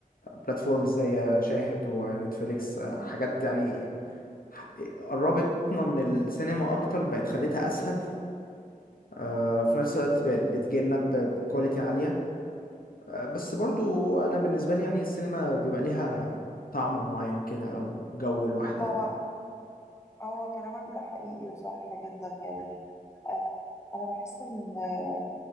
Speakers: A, on the left (about 75°); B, on the left (about 20°).
A: بلاتفورمز زي شاهد ونتفليكس آه، حاجات يعني ح- قربتنا من السينما أكتر بقت خلتها أسهل آه، في نفس الوقت بقت بتجيلنا ب- بكواليتي عالية آه، بس برضو أنا بالنسبة لي يعني السينما بيبقى ليها طعم معين كده أو جو لوحدها
B: هو هو كلامك ده حقيقي وصح جدا يعني آه انا بحس ان آه،